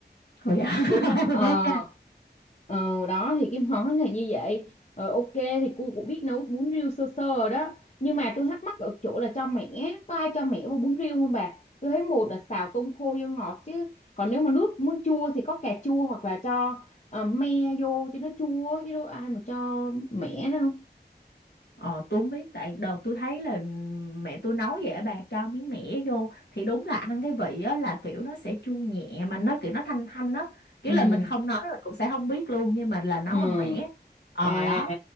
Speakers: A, on the left (about 75°); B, on the left (about 40°).
A: rồi
B: đúng không ờ
A: <laughs> ok.
B: ờ, đó thì cái món này như vậy ờ, ok thì cô cũng biết nấu bún riêu sơ sơ rồi đó nhưng mà tôi thắc mắc ở chỗ là cho mẻ có ai cho mẻ vào bún riêu không bà tôi thấy một là xào tôm khô vô ngọt chứ còn nếu mà nước muốn chua thì có cà chua hoặc là cho ờ, me vô cho nó chua chứ đâu ai mà cho mẻ đâu
A: Ờ tôi không biết tại đợt tôi thấy là mẹ tôi nấu vậy bà cho miếng mẻ vô thì đúng là ăn cái vị á là kiểu nó sẽ chua nhẹ mà nó kiểu nó thanh thanh á kiểu
B: ừ
A: là mình không nói mình cũng sẽ không biết luôn nhưng mà là nấu
B: ừ
A: bằng mẻ ờ
B: à
A: đó